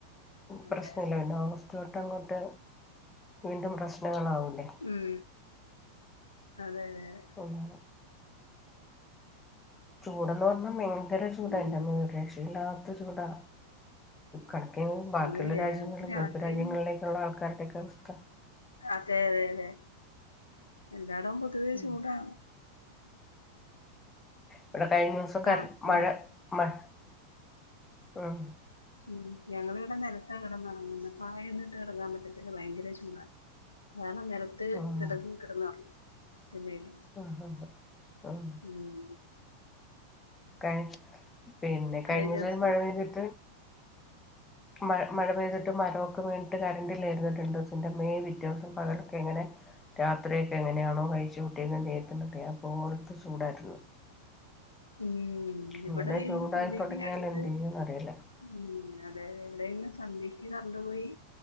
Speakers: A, on the left; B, on the left.
A: അതെ
B: പ്രശ്നല്ല പിന്നെ ഓഗസ്റ്റ് അട്ടങ്ങോട്ട് വീണ്ടും പ്രശ്നങ്ങളാവൂലേ
A: ഉം അതെ അതെ അതെ
B: ചൂടാണ്. ചുടെന്നുപറഞ്ഞാ മേ ങ്കര ചൂടാ
A: ഉം
B: എന്റമ്മോ രക്ഷയില്ലാത്ത ചൂടാ. കണക്ക് തന്നെ ബാക്കിയുള്ള
A: അതെ
B: രാജ്യങ്ങളും
A: ഞങ്ങക്ക് രാത്രി
B: ഗൾഫ് രാജ്യങ്ങളിലേക്കുള്ള ആൾക്കാരുടെയൊക്കെ അവസ്ഥ
A: അതെ അതെ അതെ എല്ലാടവും പൊതുവെ
B: ഉം
A: ചൂടാ.
B: ഇവിടെ കഴിഞ്ഞ ദിവസം
A: താ
B: ക മഴ
A: നില
B: മഴ ഉം
A: ഉം ഞങ്ങിവിടെ നിലത്താ കിടന്നുറങ്ങുന്നത്. പായ് ഒന്നു ഇട്ട് കിടങ്ങാൻ പറ്റത്തില്ല ഭയങ്കര ചൂടാ. കാരണം നിലത്ത്
B: ഉം
A: കിടന്ന് കിടന്ന് ഉറങ്ങും തിണ്ണേല്
B: ആഹ് ഹ് ആഹ്
A: ഉം.
B: കഴി പിന്നെ കഴിഞ്ഞുസം
A: കഴിഞ്ഞ ദിവസം
B: ഒരു മഴ പെയ്തിട്ട് മ മഴ പെയ്തിട്ട് മരമൊക്കെ വീണിട്ട് കണ്ടറില്ലായിരുന്നു രണ്ട് ദിവസം എന്റെ അമ്മേ പിറ്റേ ദിവസം പകലൊക്കെ എങ്ങനെ രാത്രിയൊക്കെ എങ്ങനെയാണോ കഴിച്ച് കൂട്ടിയത് ദൈവത്തിനറിയാം. അതു പോലത്തെ ചൂടായിരുന്നു.
A: ഉം
B: ഇങ്ങനെ
A: ഇവിടെ
B: ചൂടായി
A: ഇന്ന് സന്ധ്യയ്ക്ക്
B: തുടങ്ങിയാൽ
A: രണ്ട്
B: എന്ത് ചെയ്യുംന്ന് അറിയില്ല
A: ഉം അതെതെ എവിടെ ഇന്ന് സന്ധ്യയ്ക്ക് കറണ്ടുപോയി.